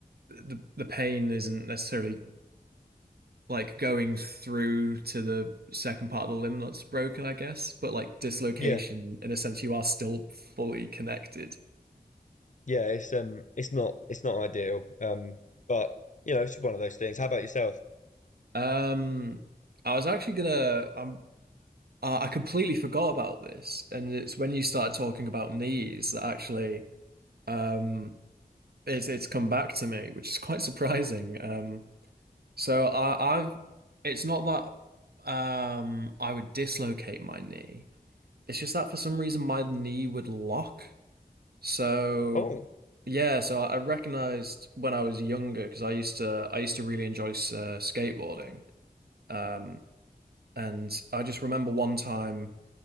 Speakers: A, on the right; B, on the left.
A: the the pain isn't necessarily like going through to the second part of the limb that's broken, I guess. But like dislocation,
B: yeah,
A: in a sense, you are still fully connected.
B: yeah. It's um, it's not it's not ideal. Um, but you know, it's one of those things. How about yourself?
A: Um, I was actually gonna, um, I I completely forgot about this, and it's when you started talking about knees that actually, um, it's it's come back to me, which is quite <laughs> surprising. Um, so I, I've, it's not that, um, I would dislocate my knee. It's just that for some reason my knee would lock. So
B: Oh,
A: yeah, so I I recognized when I was younger because I used to I used to really enjoy uh, skateboarding. Um, and I just remember one time